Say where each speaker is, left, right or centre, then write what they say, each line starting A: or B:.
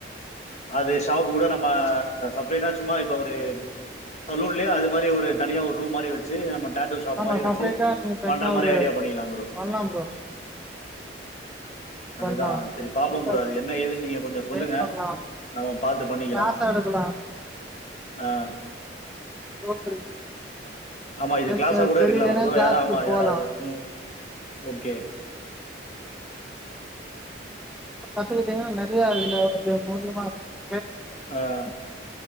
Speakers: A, on the left; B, in the centre.
A: அது ஷாப் கூட நம்ம செப்ரேட்டா சும்மா இப்ப ஒரு சலூன்லையா அது இது மாத்ரி ஒரு தனியா ஒரு ரூம் மாதிரி வச்சு நம்ம டாட்டு ஷாப்
B: ஆமா
A: மாதிரி
B: செப்ரேட்டா
A: வச்சு
B: நீங்க தனியா
A: பண்ற மாதிரி
B: ஒரு
A: ஐடியா பண்ணிக்கலாம் ப்ரோ
B: பண்ணலாம் ப்ரோ அது
A: அதுதான்
B: பண்ணலாம்
A: செரி பாப்போம்
B: நெறையா
A: ப்ரோ
B: இருக்கு
A: அது என்ன ஏதுன்னு நீங்க கொஞ்சோ சொல்லுங்க
B: ட்ரெயின் பண்ணலாம்
A: நம்ம பாத்து பண்ணிக்கலாம்
B: கிளாஸ் எடுக்கலாம்
A: ஆஹ்
B: கோர்ஸ் இருக்கு
A: ஆமா
B: இல்ல
A: இது கிளாஸா
B: நீங்க
A: கூட
B: தெரியலன்னா
A: எடுக்கலாம் ப்ரோ
B: கிளாஸ்க்கு
A: யாரா ஆமா
B: போலா
A: யாராவது உம் ஓக்கே
B: கத்துக்கிட்டீங்கன்னா நெறைய இதுல இது மூலயமா இரு
A: ஆஹ்